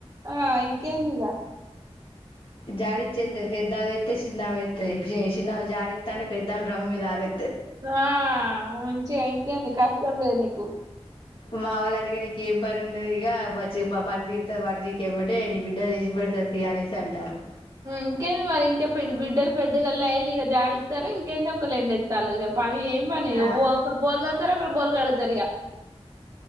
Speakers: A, on the right; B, on the left.
A: ఆ ఇంకేందిగ
B: జాడిచ్చే తది పెద్దవాయితే చిన్నమయితది షిన్న జాడితా పెద్దామె డ్రమ్ మీద ఆరే
A: ఆ మంచిగా ఇంకేంది కష్టం లేదు నీకు
B: మా వాళ్ళ అటగరికి ఏం పని ఉన్నది ఇగ వచ్చి పన్ దీరుతది వండ నీకేమటే నీ బిడ్డలు చేసి పె తర్ తీయ్యలేసి అంటారు
A: ఇంకేంది మరి ఇంకా బిడ్డలు పెద్దగాళ్ళ అయి ఇగ జాడిత్తారు ఇంకేంది ఒక ఎండ్ తాలుగా పవి ఏ పనిగి
B: ఆ
A: బో ఒకల్ బోల్ అంటరు ఇకడ బోల్ కడుతారు ఇగ